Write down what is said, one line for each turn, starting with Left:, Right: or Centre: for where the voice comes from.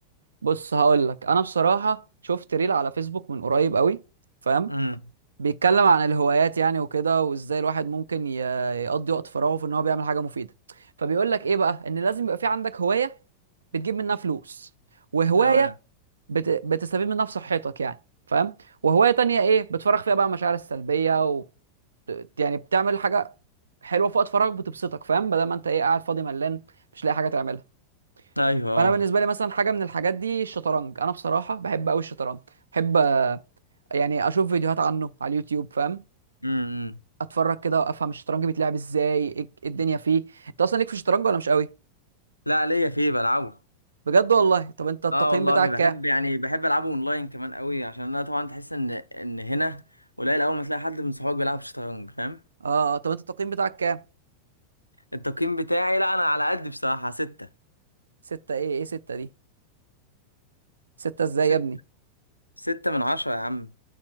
Right: بص هقول لك انا بصراحه شفت ريل على فيسبوك من قريب قوي فاهم
Left: امم
Right: بيتكلم عن الهوايات يعني وكده وازاي الواحد ممكن ي- يقضي وقت فراغه في ان هو بيعمل حاجه مفيده فبيقول لك ايه بقى ان لازم يبقى في عندك هوايه بتجيب منها فلوس وهوايه
Left: تمام
Right: بت... بتستفيد منها في صحتك يعني فاهم وهوايه تانية ايه بتفرغ فيها بقى مشاعر السلبيه و... يعني بتعمل حاجه حلوه في وقت فراغك بتبسطك فاهم بدل ما انت ايه قاعد فاضي ملان مش لاقي حاجه تعملها
Left: ايوه
Right: فانا
Left: اه
Right: بالنسبه لي مثلا حاجه من الحاجات دي الشطرنج انا بصراحه بحب قوي الشطرنج بحب آه، يعني اشوف فيديوهات عنه على اليوتيوب فاهم
Left: امم
Right: اتفرج كده وافهم الشطرنج بيتلعب ازاي إيه إيه الدنيا فيه انت اصلا ليك في الشطرنج ولا مش قوي
Left: لا ليا فيه بلعبه
Right: بجد والله طب انت التقييم
Left: اه والله
Right: بتاعك
Left: بحب
Right: كام
Left: يعني بحب العبه اونلاين كمان قوي عشان انا طبعا تحس ان ان هنا قليل اول ما تلاقي حد من صحابك بيلعب شطرنج فاهم
Right: اه طب انت التقييم بتاعك كام
Left: التقييم بتاعي لا انا على قد بصراحة ستة
Right: ستة ايه ايه ستة دي ستة ازاي
Left: ستة
Right: يا ابني
Left: ستة من عشرة يا عم